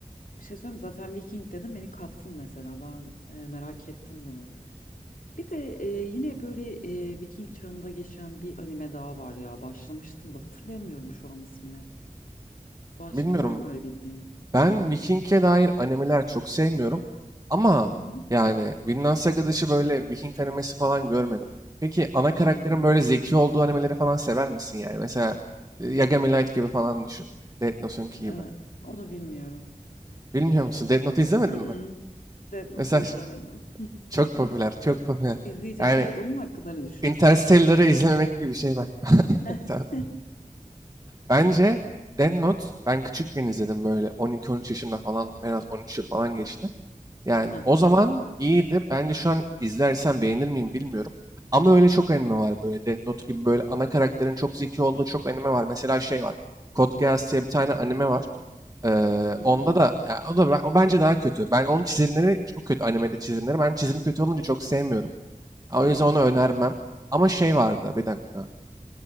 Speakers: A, on the left; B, on the right.
A: bir şey söyleyeyim mi? Zaten Viking dedim beni kaptın mesela. Ben e, merak ettim bunu. Bir de e, yine böyle e, Viking çağında geçen bir anime daha var ya. Başlamıştım da hatırlayamıyorum şu an ismini. Başka
B: Bilmiyorum.
A: var mı öyle bildiğin o
B: Ben
A: dönemde
B: Viking'e
A: geçen?
B: dair animeler çok sevmiyorum. Ama
A: Hı hı.
B: yani Vinland Saga dışı böyle Viking animesi falan görmedim. Peki ana karakterin
A: Hmm.
B: böyle zeki olduğu animeleri falan sever misin yani? Mesela e, Yagami Light gibi falan düşün. Death Note'unki gibi.
A: Ee, onu bilmiyorum.
B: Bilmiyor musun? Death Note izlemedin
A: Mm-mm.
B: mi?
A: Death Note'u
B: Mesela ş-
A: izlemedim.
B: çok popüler, çok popüler.
A: <laughs> İzleyeceğim.
B: Yani
A: Evet onun hakkında ne düşünüyorsun
B: Interstellar'ı
A: mesela onu söyle.
B: izlememek gibi bir şey bak. <laughs>
A: <laughs>
B: Tamam. Bence Death Note ben küçükken izledim böyle 12-13 yaşında falan. En az 13 yıl falan geçti. Yani
A: Aha.
B: o zaman iyiydi. Ben de şu an izlersen beğenir miyim bilmiyorum. Ama öyle çok anime var böyle. Death Note gibi böyle ana karakterin çok zeki olduğu çok anime var. Mesela şey var. Code Geass diye bir tane anime var. Ee,
A: Hı hı.
B: onda da ya o da ben- o bence daha kötü. Ben onun çizimleri çok kötü animede çizimleri. Ben çizim kötü olunca çok sevmiyorum. O yüzden
A: Hı hı.
B: onu önermem. Ama şey vardı bir dakika.